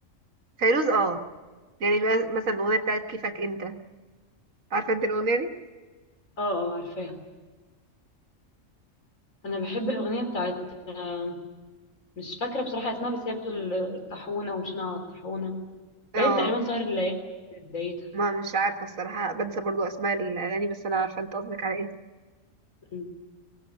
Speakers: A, on the right; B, on the left.
A: فيروز اه يعني بقى مثلا الاغنيه بتاعت كيفك انت عارفه انت الاغنيه دي
B: اه اه عارفاها انا بحب الأغنية بتاعت آه، مش فاكرة بصراحة اسمها بس هي بتقول آه، الطاحونة ومشينا على الطاحونة
A: اه
B: باين تقريبا سهر الليالي في بدايتها
A: ما مش عارفه الصراحه بنسى برضو اسماء الاغاني بس انا عارفه انت قصدك على ايه
B: مم.